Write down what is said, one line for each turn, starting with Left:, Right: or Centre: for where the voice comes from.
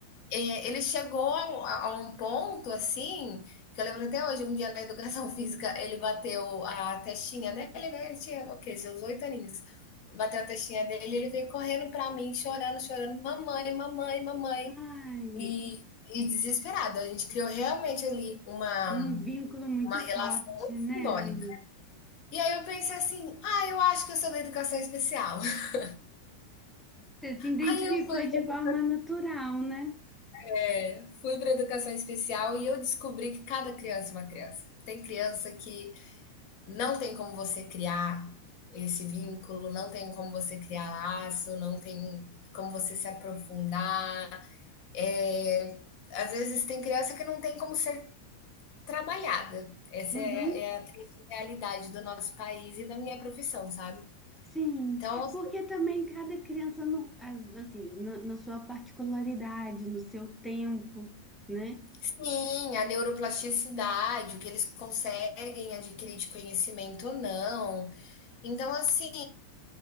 Left: eh, ele chegou a um, a um ponto assim, que eu lembro até hoje, um dia na educação <laughs> física, ele bateu a testinha dele, né? Ele tinha, o quê? Seus oito aninhos. Bateu a testinha dele, e ele veio correndo pra mim, chorando, chorando, mamãe, mamãe, mamãe
Centre: Ai,
Left: e, e desesperado. A gente criou realmente ali uma,
Centre: um
Left: uma
Centre: vínculo muito forte,
Left: relação muito
Centre: né?
Left: simbólica.
Centre: Ai,
Left: E aí eu pensei assim, ah, eu acho que eu sou da educação especial. <laughs>
Centre: Você se identificou
Left: Aí eu fui
Centre: de
Left: para
Centre: forma natural, né?
Left: é, fui para educação especial e eu descobri que cada criança é uma criança. Tem criança que não tem como você criar esse vínculo, não tem como você criar laço, não tem como você se aprofundar. É, às vezes tem criança que não tem como ser Trabalhada. Essa
Centre: Uhum.
Left: é é a triste realidade do nosso país e da minha profissão, sabe.
Centre: Sim,
Left: Então,
Centre: porque também cada criança, no- as- assim, na, na sua particularidade, no seu tempo, né?
Left: sim, a neuroplasticidade, o que eles conseguem adquirir de conhecimento ou não. Então, assim,